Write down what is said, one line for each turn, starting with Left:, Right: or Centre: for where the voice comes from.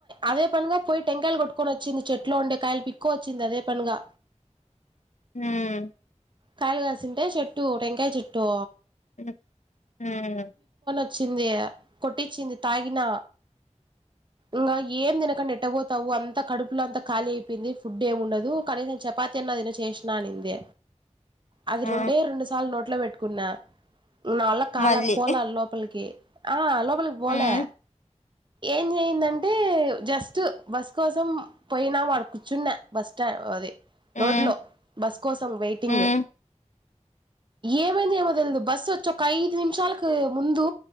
Right: అదే పనిగా పోయి టెంకాయలు కొట్టుకొని వచ్చింది చెట్లో ఉండే కాయలు పిక్క వచ్చింది అదే పనిగా
Left: హ్మ్మ్
Right: కాయగాసుంటే చెట్టు టెంగాయ చెెట్టు
Left: హ్మ్మ్
Right: వచ్చింది కొట్టించింది తాగిన ఇంకా ఏం తినకం ఏటాబతావు అంతా కడుపులో అంతా ఖాళీ అయిపోయింది ఫుడ్ ఏమి ఉండదు కనీసం చపాతీ అన్న తిను చేసినా అంది అది
Left: ఆ
Right: రెండే రెండు సార్లు నోట్ల అట్లా పెట్టుకున్నా నాళ్ల కాల
Left: మళ్ళీ
Right: పోలే లోపలికి ఆ లోబలికి పోలే
Left: హ్మ్
Right: ఏం చెయిందంటే జస్ట్ బస్ కోసం పోయినా వాడు కూర్చున్న బస్ స్టా అది
Left: హ్మ్
Right: రోడ్ లో బస్ కోసం వెయిటింగ్
Left: హ్మ్
Right: ఏమైంది ఏమో తెల్. దు బస్సు వచ్చి ఒక ఐదు నిమిషాలకు ముందు